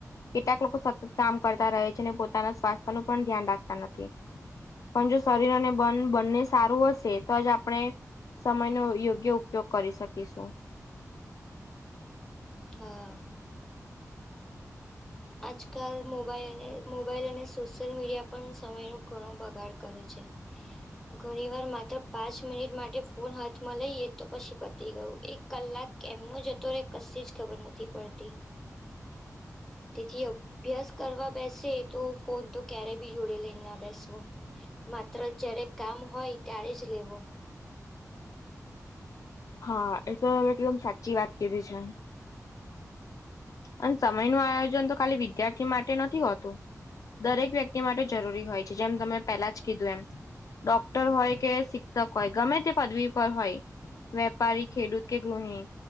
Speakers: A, on the left; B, in the centre.
A: કેટલાક લોકો સતત કામ કરતા રહે છે અને પોતાના સ્વાસ્થ્ય નું પણ ધ્યાન રાખતા નથી. પણ જો શરીર અને બન બંને સારું હશે તો જ આપણે. સમય નો યોગ્ય ઉપયોગ કરી શકીશું.
B: હા. આજકાલ મોબાઈલ અને મોબાઈલ અને સોશિયલ મીડિયા પણ સમયનો ઘણો બગાડ કરે છે. ઘણી વાર માત્ર પાંચ મિનિટ માટે ફોન હાથમાં લઈએ તો પછી પતી ગયું એક. કલાક એમનો જતો રહે કશી જ ખબર નથી પડતી. તેથી અભ્યાસ કરવા બેસે તો ફોન તો ક્યારેય બી જોડે લઈ ના બેસવો. માત્ર જ્યારે કામ હોય ત્યારે જ લેવો.
A: હા એ તો એકદમ સાચી વાત કીધી છે. અને સમય નું આયોજન તો ખાલી વિદ્યાર્થી માટે નથી હોતું. દરેક વ્યક્તિ માટે જરૂરી હોય છે જેમ તમે પેલા જ કીધું એમ. ડોક્ટર હોય કે શિક્ષક હોય ગમે તે પદવી પર હોય. વેપારી ખેડૂત કે ગૃહણી